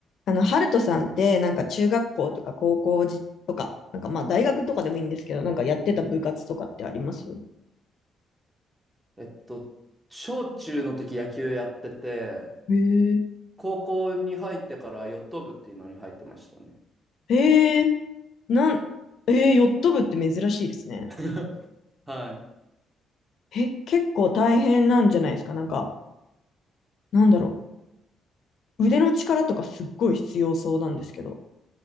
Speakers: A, on the left; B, on the right.
A: あの、ハルトさんって、なんか中学校とか高校じとか、なんかまあ大学とかでもいいんですけど、なんかやってた部活とかってあります
B: えっと、小中の時野球やってて、
A: へえ
B: 高校に入ってからヨット部っていうのに入ってましたね。
A: へえなん、えー、ヨット部って珍しいですね。
B: <laughs> はい。
A: え、結構大変なんじゃないですかなんか、なんだろう。腕の力とかすっごい必要そうなんですけど。